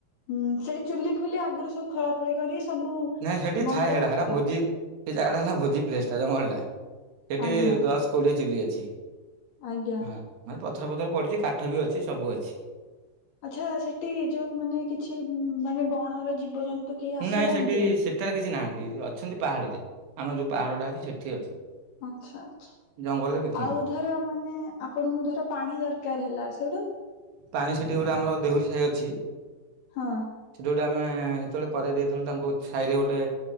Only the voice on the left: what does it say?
ହୁଁ, ସେଠି ଚୁଲି ଫୁଲି ଆଗୁରୁ ସବୁ ଖୋଳା ଖୋଳି କରି ସବୁ
ବନ୍ଦୋବସ୍ତ।
ଆଜ୍ଞା
ଆଜ୍ଞା
ଆଚ୍ଛା, ସେଠି ଯୋଉ ମାନେ କିଛି ମାନେ ବଣର ଜୀବଜନ୍ତୁ କେହି ଆସିଯାଆନ୍ତିନି?
ଆଚ୍ଛା ଆଚ୍ଛା
ଆଉ
ଧର ମାନେ ଆପଣଙ୍କୁ ଧର ପାଣି ଦରକାର ହେଲା ସେଉଠୁ?
ହଁ।